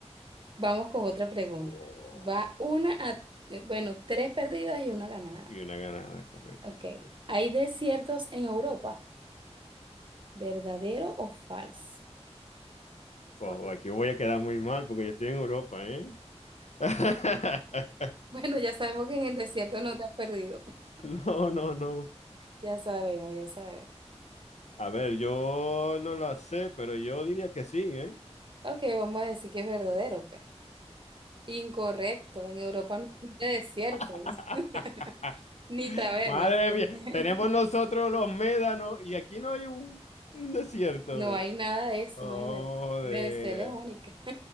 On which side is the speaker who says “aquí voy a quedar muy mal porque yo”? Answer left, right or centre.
Left